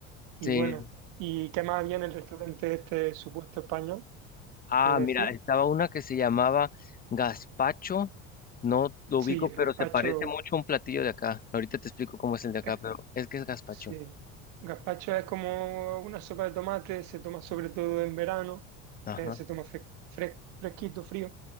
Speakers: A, on the right (about 65°); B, on the left (about 25°).
A: Y
B: Sí,
A: bueno, ¿y qué más había en el restaurante este supuesto español
B: Ah,
A: que decía?
B: mira, estaba una que se llamaba gazpacho. No lo
A: Sí,
B: ubico,
A: el
B: pero
A: gazpacho.
B: se parece mucho a un platillo de acá. Ahorita te explico cómo es el de acá,
A: eh,
B: pero es que es gazpacho.
A: sí, gazpacho es como una sopa de tomate, se toma sobre todo en verano,
B: Ajá,
A: eh, se toma fres- fres- fresquito, frío.